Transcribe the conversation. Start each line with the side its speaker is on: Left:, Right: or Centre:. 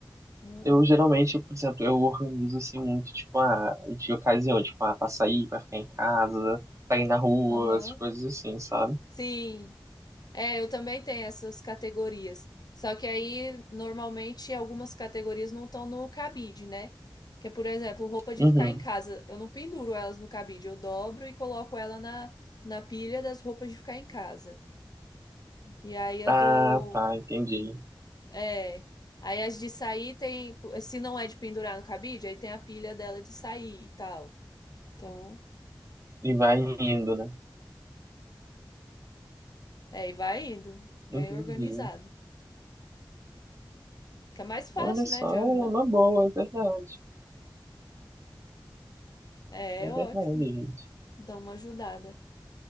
Left: Hum.
Right: Eu geralmente, por exemplo, eu organizo assim muito, tipo, ah, de ocasião, tipo, ah, pra sair, pra ficar em casa, pra ir na rua,
Left: Aham.
Right: essas coisas assim, sabe?
Left: Sim. É, eu também tenho essas categorias. Só que aí, normalmente, algumas categorias não estão no cabide, né? Que é, por exemplo, roupa de
Right: Uhum.
Left: ficar em casa. Eu não penduro elas no cabide, eu dobro e coloco ela na, na pilha das roupas de ficar em casa. E aí a
Right: Ah,
Left: do.
Right: tá, entendi.
Left: É. Aí as de sair tem. Se não é de pendurar no cabide, aí tem a pilha dela de sair e tal. Então.
Right: E vai indo, né?
Left: É, e vai indo, bem
Right: Entendi.
Left: organizado. Fica mais fácil,
Right: Olha só,
Left: né, de
Right: é
Left: arrumar.
Right: uma boa, é verdade.
Left: É,
Right: É
Left: é
Right: verdade,
Left: ótimo. Dá uma ajudada.